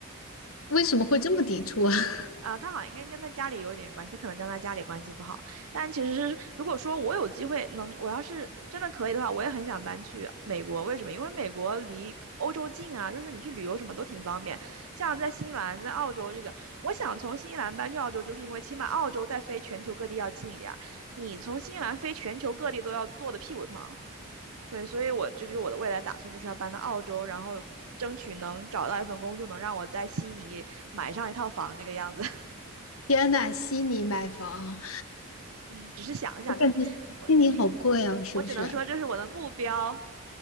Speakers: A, on the left; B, on the right.
A: 为什么会这么抵触啊？<laughs>
B: 啊，他好像应该跟他家里有点关系，他可能跟他家里关系不好。但其实是，如果说我有机会能，我要是真的可以的话，我也很想搬去美国。为什么？因为美国离欧洲近啊，就是你去旅游什么都挺方便。像在新西兰、在澳洲这个，我想从新西兰搬去澳洲，就是因为起码澳洲再飞全球各地要近一点儿，你从新西兰飞全球各地都要坐的屁股疼。对，所以我这就是我的未来打算，就是要搬到澳洲，然后争取能找到一份工作，能让我在悉尼买上一套房这个样子。
A: 天呐，悉尼买房，
B: 嗯，只是想一想，
A: 我感觉悉尼好贵哦，
B: 这是我这边，
A: 是不是？
B: 我只能说这是我的目标。